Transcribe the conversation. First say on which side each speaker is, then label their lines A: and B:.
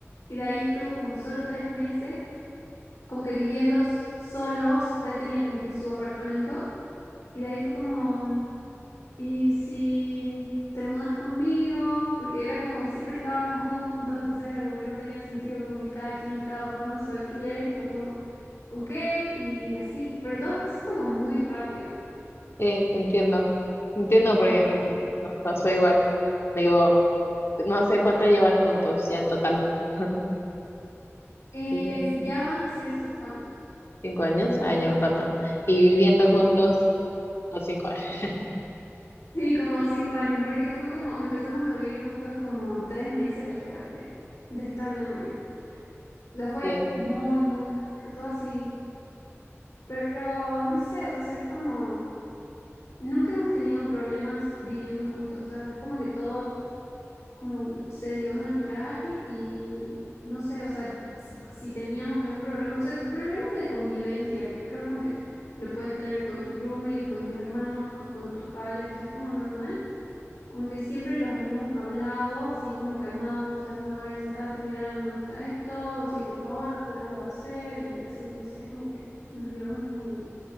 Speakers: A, on the left; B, on the left.
A: y de ahí estuvo como solo tres meses, como que viviendo s- solo, o sea, él tenía como que su apartamento y de ahí fue como, ¿y si te mudas conmigo? Porque era como, siempre estábamos juntos, entonces era como que no tenía sentido, como que cada quien estaba pagando su alquiler y fue como, ok, y así, pero todo fue como muy rápido.
B: Sí, te entiendo. Te entiendo porque me- nos pasó igual. Digo, no sé cuánto llevan juntos, ya en total. <laughs>
A: Eh,
B: Desde
A: ya van a ser cinco años.
B: cinco años, ah, ya un rato. Y viviendo juntos. Los cinco <laughs> años.
A: Sí, como cinco años, porque fue como, empezamos a vivir juntos como tres meses después de, de estar de novios. O sea, fue
B: Sí,
A: muy, muy rápido, todo así. Pero no sé, o sea, es como, nunca hemos tenido problemas viviendo juntos, o sea, es como que todo como se dio natural y no sé, o sea, si, si teníamos algún problema, o sea, problemas de convivencia, que creo como que lo puedes tener con tu roommate, con tus hermanos, con tus padres, o sea, es como normal como que siempre los hemos hablado así como calmados, o sea, como a ver, sentate, mira, no me gusta esto, sí, por favor, déjalo hacer y así, no sé, es como que nos llevamos muy bien.